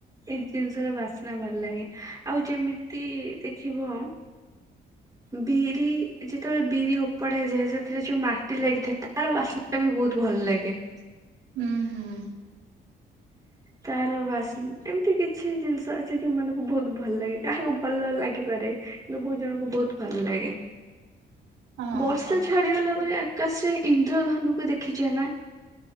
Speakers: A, on the right; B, on the right.
A: ଏଇ ଜିନିଷର ବାସ୍ନା ଭଲ ଲାଗେ ଆଉ ଯେମିତି ଦେଖିବ ବିରି ଯେତେବେଳେ ବିରି ଉପଡ଼ା ହେଇଯାଏ ସେଥିରେ ଯୋଉ ମାଟି ଲାଗିଥାଏ ତାର ବାସ ନା ବି ବହୁତ ଭଲ ଲାଗେ।
B: ହୁଁ। ହୁଁ।
A: ତାର ବାସ ଏମିତି କିଛି ଜିନିଷ ଅଛି ଯୋଉ ମାନଙ୍କୁ ବହୁତ ଭଲ ଲାଗେ କାହାକୁ ଭଲ ନ ଲାଗିପାରେ କିନ୍ତୁ ବହୁତ୍ ଜଣଙ୍କୁ ବହୁତ ଭଲ ଲାଗେ।
B: ହଁ
A: ବର୍ଷା ଛାଡିଗଲା ପରେ ଆକାଶରେ ଇନ୍ଦ୍ରଧନୁକୁ ଦେଖିଛ ନା?